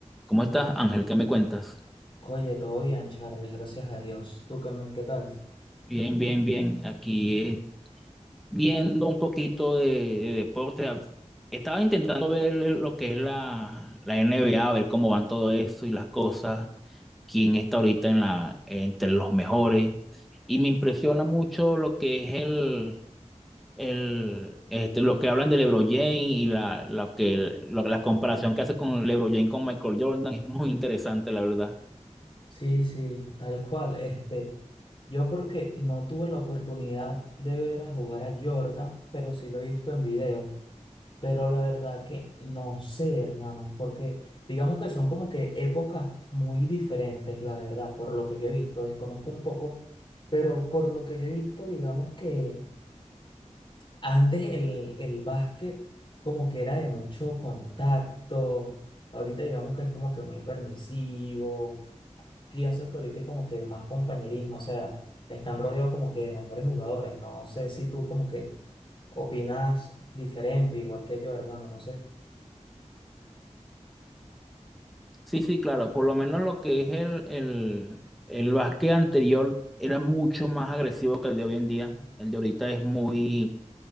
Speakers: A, in the centre; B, on the left (about 40°).
A: ¿Cómo estás, Ángel? ¿Qué me cuentas?
B: Oye, todo bien, Charles, gracias a Dios. ¿Tú qué, me- qué tal?
A: Bien, bien, bien. Aquí eh, viendo un poquito de, de deporte. Ah, Estaba intentando ver lo que es la, la NBA, ver cómo van todo eso y las cosas, quién está ahorita en la, entre los mejores. Y me impresiona mucho lo que es el, el este, lo que hablan de LeBron James y la, la, que, lo- la comparación que hace con LeBron James con Michael Jordan. Es muy interesante, la verdad.
B: Sí, sí, tal cual. Este, yo porque no tuve la oportunidad de ver a jugar a Jordan, pero sí lo he visto en videos. Pero la verdad que no sé, hermano, porque digamos que son como que épocas muy diferentes, la verdad, por lo que yo he visto, desconozco un poco, pero por lo que yo he visto, digamos que Antes el, el básquet como que era de mucho contacto, ahorita digamos que es como que muy permisivo, pienso que ahorita hay como que más compañerismo, o sea, están rodeados como que de mejores jugadores, no sé si tú como que opinas diferente, igual que yo, hermano, no sé,
A: Sí, sí, claro. Por lo menos lo que es el, el, el básquet anterior era mucho más agresivo que el de hoy en día. El de ahorita es muy,